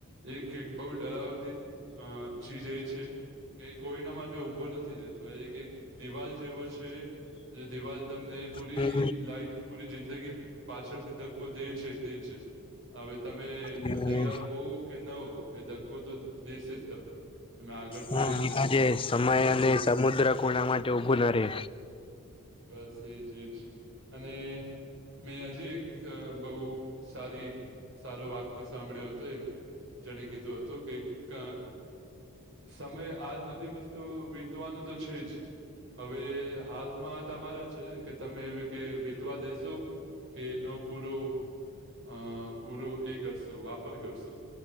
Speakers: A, on the right; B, on the left.
A: એક એક બહું ડરાવની અ ચીજ એ છે કે કોઈના માટે ઉભો નથી રહેેતો એક દિવાલ જેવો છે જે દિવાલ તમને પૂરી
B: હમ
A: લાઈફ પૂરી જિંદગી પાછળથી ધક્કો દે છે દે છે. હવે તમે
B: હમ
A: તૈયાર હો કે ન હો ધક્કો તો દેસે જ તમે તમે આગળ તો
B: હમ
A: લઈ જ જશે
B: આજે સમય
A: તો
B: અને સમુદ્ર કોના માટે ઉભું ન રહે.
A: બસ એજ એજ અને મેં આજે એક બહું સારી સારું વાક્ય સાંભળ્યું હતો એક જેણે કીધું હતું કે ક સમય આજનો દિવસ તો વીતવાનો તો છે જ હવે હાથ માં તમારા છે કે તમે એવી કે વિતવા દેશો કે એનો પૂરો અ પૂરો એ કરશો વાપર કરશો.